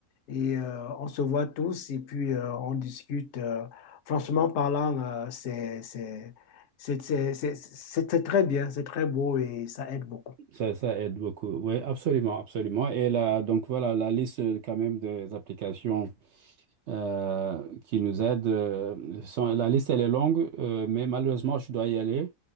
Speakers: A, on the left; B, on the right.
A: et euh, on se voit tous et puis euh, on discute. euh, franchement parlant, euh, c'est c'est- c'est- c'est- c'est- c'est- c'est très bien, c'est très beau et ça aide beaucoup.
B: ça, ça aide beaucoup. Oui, absolument, absolument. Et là, donc voilà, la liste euh, quand même des applications euh, qui nous aident, euh, sont- la liste, elle est longue, euh, mais malheureusement, je dois y aller.